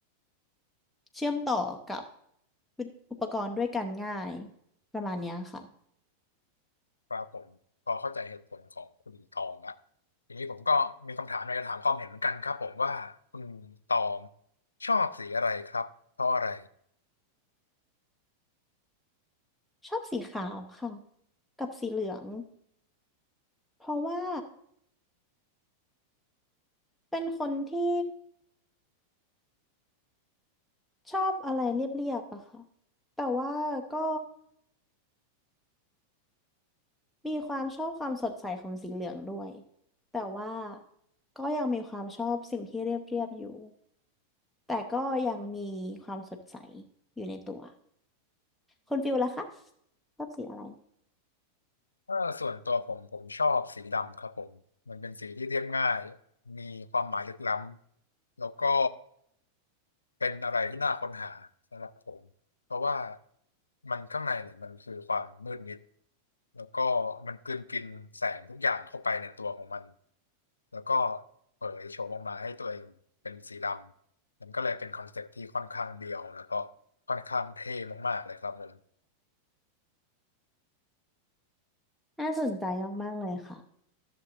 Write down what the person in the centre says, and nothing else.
เชื่อมต่อกับอุปกรณ์ด้วยกันง่ายประมาณเนี้ยค่ะ
ชอบสีขาวค่ะกับสีเหลืองเพราะว่าเป็นคนที่ชอบอะไรเรียบๆอะค่ะแต่ว่าก็ มีความชอบความสดใสของสีเหลืองด้วยแต่ว่าก็ยังมีความชอบสิ่งที่เรียบเรียบอยู่แต่ก็ยังมีความสดใสอยู่ในตัวคุณฟิลล่ะคะชอบสีอะไร
น่าสนใจมากๆเลยค่ะ